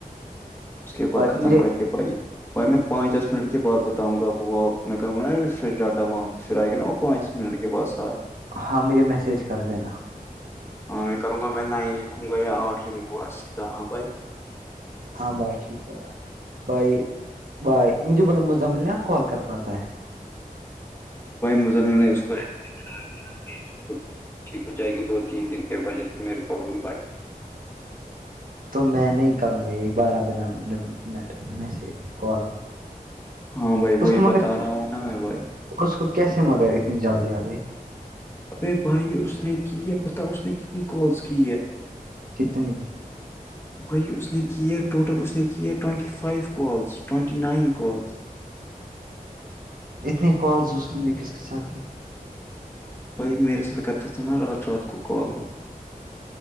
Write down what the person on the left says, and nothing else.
اس کے بعد
ختم
کر کے پائی بھائی میں پانچ دس منٹ کے بع بتاؤں گا آپ کو وہ میں کروں گ نا ریفریش ڈاٹا وہاں پھر آئے گا نا پانچ منٹ کے بعد سارا
ہاں میں کروں گا میں نین لکھوں گیا یا آٹھ لکھوں گا سیدھا ہ بھائی
بھائی مزمل نے اسکو <unintelligible> ٹھیک ہو جائے گی دو تین دن کے وجہ سے میرے کو ہوئی بات
ہاں بھائی وہی
بتا رہا ہوں نا میں بھائی
ابے بھائی اس نے کی ہے پت اس نے کتنی کالس کی ہے
<inaudible> وہی اس نے کی ہے ٹوٹل اس نے کی ہے twenty five calls twenty nine calls
بھائی میرے سات کرتا تھا نا رات رات کو کال وہ